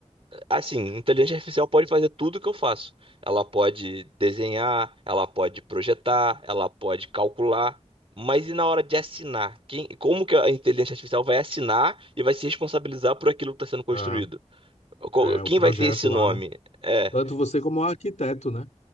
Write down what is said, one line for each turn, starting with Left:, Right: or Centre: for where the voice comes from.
Right: Assim, inteligência artificial pode fazer tudo o que eu faço. Ela pode desenhar, ela pode projetar, ela pode calcular. Mas e na hora de assinar? Quem, como que a inteligência artificial vai assinar e vai se responsabilizar por aquilo que está sendo construído?
Left: É,
Right: Qual-
Left: é,
Right: Quem
Left: o projeto
Right: vai ter esse
Left: lá,
Right: nome?
Left: né?
Right: É,
Left: Tanto você como o arquiteto, né?